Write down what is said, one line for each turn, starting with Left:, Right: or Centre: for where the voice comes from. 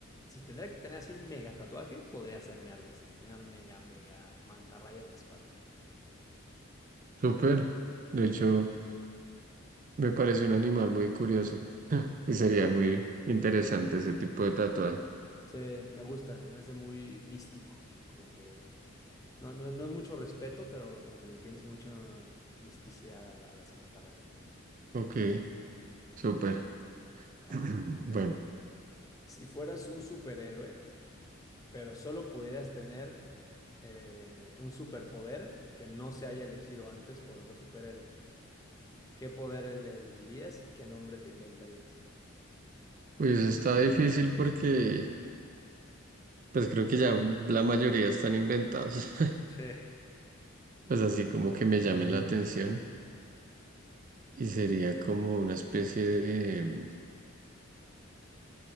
Left: si tendría que tener así un mega tatuaje, podría hacerme algo así, una mega, mega mantarraya en la espalda.
Right: súper. De hecho, me parece un animal muy curioso <laughs> y sería muy interesante ese tipo de tatuaje.
Left: Sí, me gusta, se me hace muy místico, como que no, no, no es mucho respeto, pero como que le tienes mucha misticidad a, la- a las mantarrayas.
Right: Ok, súper.
Left: A
Right: <clears throat>
Left: ver, yo
Right: Bueno,
Left: tengo una. Si fueras un superhéroe, pero solo pudieras tener eh, un superpoder que no se haya elegido antes por otro superhéroe, ¿qué poder le elegirías y qué nombre te inventarías?
Right: pues está difícil porque pues creo que ya la mayoría están inventados,
Left: <laughs>
Right: <laughs> pues así como que me llamen la atención y sería como una especie de...